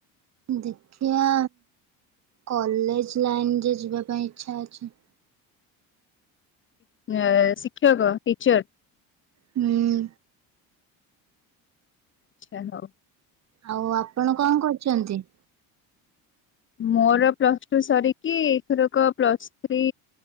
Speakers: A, on the right; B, on the left.
A: ଦେଖିବା କଲେଜ ଲାଇନରେ ଯିବା ପାଇଁ ଇଚ୍ଛା ଅଛି।
B: ଉଁ ଶିକ୍ଷକ ଟିଚର।
A: ହୁଁ।
B: ଆଚ୍ଛା ହଉ
A: ଆଉ ଆପଣ କଣ କରୁଛନ୍ତି?
B: ମୋର ପ୍ଲସ୍ ଟୁ ସରିକି ଏଥରକ ପ୍ଲସ୍ ଥ୍ରୀ